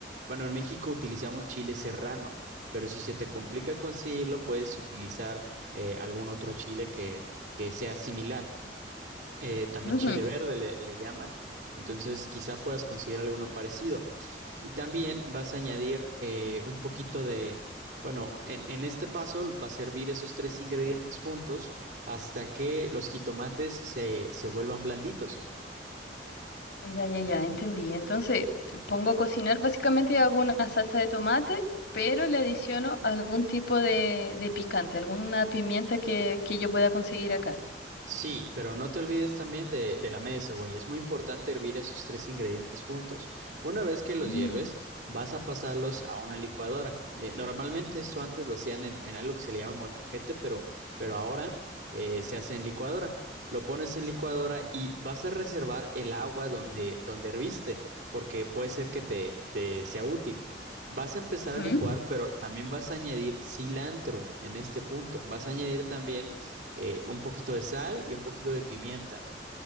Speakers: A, on the right (about 75°); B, on the left (about 70°).
A: bueno, en México utilizamos chile serrano. Pero si se te complica conseguirlo, puedes utilizar eh, algún otro chile que, que sea similar. Eh, también
B: Ujú.
A: chile verde le, le llaman. Entonces, quizá puedas conseguir alguno parecido. Y también vas a añadir eh, un poquito de, bueno, en, en este paso va a servir esos tres ingredientes juntos hasta que los jitomates se, se vuelvan blanditos.
B: Ya, ya, ya, entendí. Entonces, pongo a cocinar básicamente hago una salsa de tomate, pero le adiciono algún tipo de, de picante, alguna pimienta que, que yo pueda conseguir acá.
A: Sí, pero no te olvides también de, de la media cebolla. Es muy importante hervir esos tres ingredientes juntos. Una vez que los
B: Mm,
A: hierves, vas a pasarlos a una licuadora. Eh, normalmente esto antes lo hacían en, en algo que se le llama molcajete, pero, pero ahora eh, se hace en licuadora. Lo pones en licuadora y vas a reservar el agua donde, donde herviste, porque puede ser que te, te sea útil. Vas a empezar
B: ujú,
A: a licuar, pero también vas a añadir cilantro en este punto. Vas a añadir también eh, un poquito de sal y un poquito de pimienta.